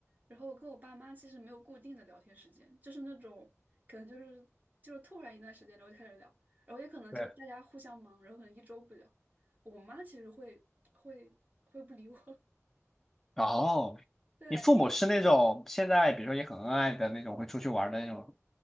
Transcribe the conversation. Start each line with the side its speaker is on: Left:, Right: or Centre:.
Right: 然后我跟我爸妈其实没有固定的聊天时间，就是那种可能就是就是突然一段时间然后就开始聊，然后也可能就大家互相忙，
Centre: 对。
Right: 然后可能一周不聊。我妈其实会会会不理我，
Centre: 哦，
Right: <laughs> 对，
Centre: 你父母是那种现在比如说也很恩爱的那种，
Right: 因为
Centre: 会出去玩的那种